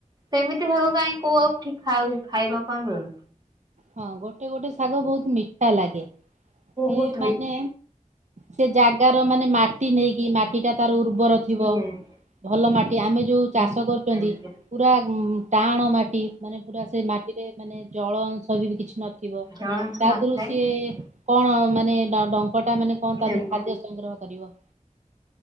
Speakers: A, on the right (about 30°); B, on the right (about 60°).
A: ସେମିତି ଶାଗ କାହିଁ କୋଉ ଆଉଠିକ ଖାଉ ଖାଇବାକୁ ଆଉ ମିଳୁନି
B: ହଁ ଗୋଟେ ଗୋଟେ ଶାଗ ବହୁତ୍ ମିଠା ଲାଗେ। ସିଏ
A: ବହୁତ
B: ମାନେ ସେ ଜାଗାର ମାନେ ମାଟି ନେଇକି ମା ଟିଟା ତାର ଉର୍ବର ଥିବ
A: ମିଠା
B: ଭଲ ମାଟି ଆମେ ଯଉ ଚାଷ
A: ଆଜ୍ଞା
B: କରୁଛନ୍ତି ପୁରା ଟାଣ ମାଟି ମାନେ ପୁରା ସେ ମାଟିରେ ମାନେ ଜଉ ଜଳଅଂଶ ବି କିଛି ନଥିବ
A: ଜଳାଂଶ
B: ତା
A: ନଥାଏ
B: ଦେହରୁ ସିଏ
A: ନା
B: କଣ ମାନେ ତା ଡଙ୍କ ଟା ମାନେ କଣ
A: ଦେବ।
B: ତା ଦେହରୁ ଖାଦ୍ୟ ସଂଗ୍ରହ କରିବ?